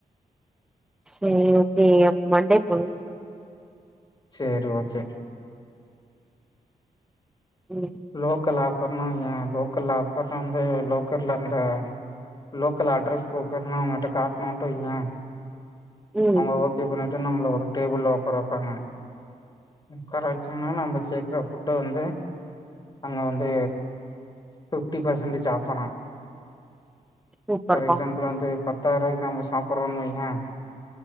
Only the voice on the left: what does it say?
சேரி ஓகே
லோக்கல் ஆஃபர்னா ஏ லோக்கல் ஆஃபர் வந்து லோக்கல்ல இருந்த லோக்கல் அட்ரஸ் புரூஃப் எதுனா அவங்கள்ட காட்ணோன்ட்டு வையே
அவங்க ஓகே பன்ன டு நம்மல ஒரு டேபிள்ல உக்காற வைப்பாங்க உக்கார வச்சங்கன்னா நம்ம கே்குற ஃபுட்ட வந்து அங்க வந்து ஃபிஃப்டி பெர்சன்ட்டேஜ் ஆஃபரா
பார் எக்ஸாம்பிள் வந்து பத்தாரூவாக்கு நம்ம சாப்றோ வைங்க